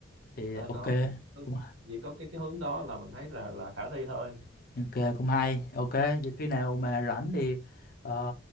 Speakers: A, on the left; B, on the right.
A: thì
B: đó,
A: ok
B: đó
A: cũng
B: chỉ có cái cái hướng đó là mình thấy là là khả thi thôi
A: ok cũng hay ok vậy khi nào mà rảnh thì ờ,